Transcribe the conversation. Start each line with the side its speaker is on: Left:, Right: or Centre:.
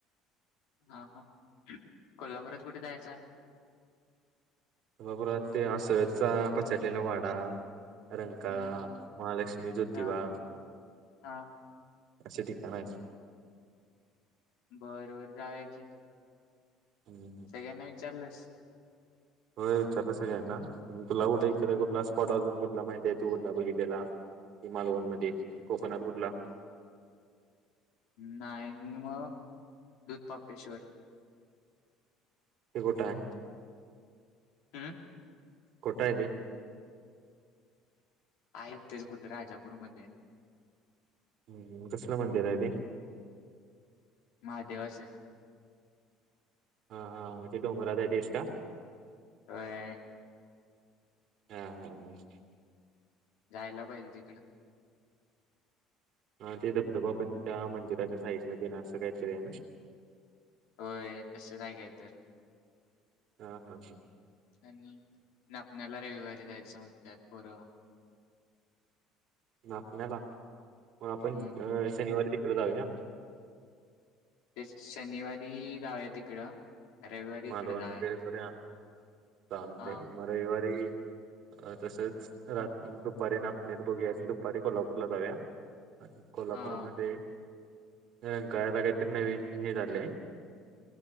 Left: हा हा ह कोल्हापुरात कुठे जायचंय?
Right: रघुराज ते आसळचा पचडलेला वाडा रंकाळा,
Left: हम्म
Right: महालक्ष्मी, ज्योतिबा
Left: हा हा
Right: असे ते. त्यां मस
Left: बरं बरं जावूया की
Right: हम्म.
Left: सगळ्यांना विचारलंस स
Right: होय विचारलं सगळ्यां ना तुला कुठे इकडे
Left: हम्म
Right: कुठला स्पॉट अजून बघ तुला माहित आहे तू कुठला बघितलेला हि मालवण मध्ये कोकणात कुठला ररररर
Left: नाही मग दुधतापेश्वर
Right: हे कुठाय
Left: हम्म म
Right: कुठाय रे?
Left: आहे इथेच कुठे राजापूरमध्ये
Right: हम्म कसलं मंदिर आहे ते?
Left: महादेवाचे
Right: हा हा ते ते डोंगराचा डेस्टा आहे
Left: अ ययय
Right: हा आ हा आ हा
Left: जायला पाहिजे तिकड.
Right: हा ते धबधबा पण त्या मंदिराच्या साइडने देनार असं काहीतरी आहे ना
Left: होय तसं काय काय काय तर
Right: हा हा हा
Left: आणि नापण्याला रविवारी जायचं म्हणत्यात पोर.
Right: नापण्याला मग आपण
Left: हम्म
Right: अ अ शनिवारी तिकडे जाऊया.
Left: ते शनिवारी जावे तिकडं रविवारी
Right: मालवण
Left: इकडे जाऊया
Right: वगैरे करा चालते
Left: हा
Right: म रविवारी अ तसंच रात्री दुपारी नापणीत बघूया आणि दुपारी कोल्हापूरला जाऊया. आणि कोल्हापूरमध्ये
Left: हा
Right: अ कायला <unintelligible> काहीतरी नवीन हे निघालय.